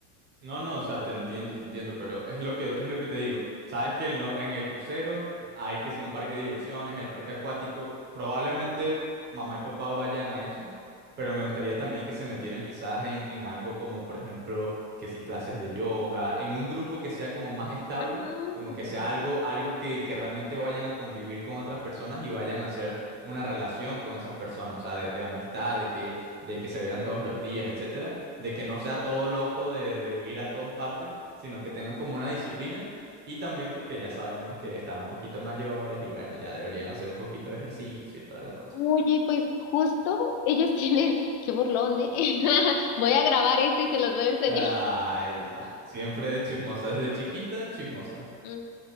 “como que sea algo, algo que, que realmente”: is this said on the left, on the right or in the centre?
Right